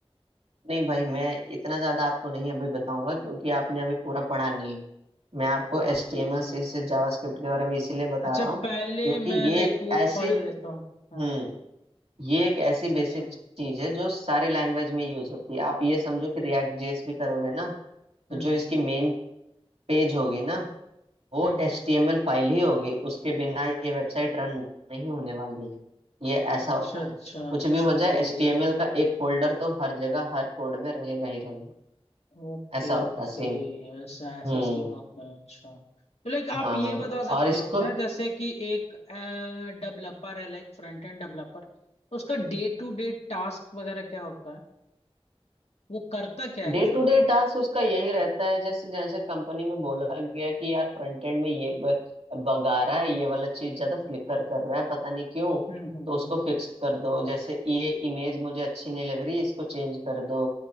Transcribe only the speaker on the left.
ठीक
है
भाई
अच्छा
पहले
मैं
लाइक
वो
पढ़ लेता हूँ हाँ
अच्छा
अच्छा
हम्म
हम्म
हम्म
हम्म
अच्छा
अच्छा
अच्छा
भाई
Okay
okay
ऐसा ऐसा
सीन होता है अच्छा लाइक आप
ये बता सकते
हो क्या जैसे कि एक डेवलपर है लाइक फ्रंट एंड डेवलपर उसका डे टू डे टास्क वगैरह क्या होता है वो करता क्या एक्चुअली
हम्म हम्म
हम्म।